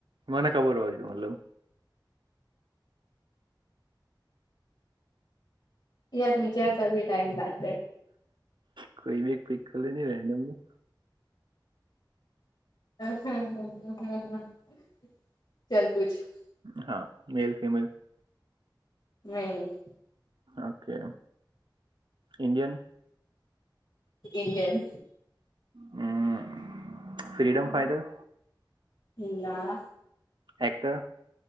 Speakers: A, on the right; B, on the left.
A: મને ખબર હો જો મતલબ
B: યાર વિચારતા ભી ટાઈમદાર
A: કોઈ બી એક પક લ ન રેડની
B: હમ હ હ હ હ હ ચાલબુંજ
A: હા મેલ ફેમેલ
B: મેભ
A: okay Indian
B: Indian
A: hmm freedom fighter
B: હ ના
A: એકટ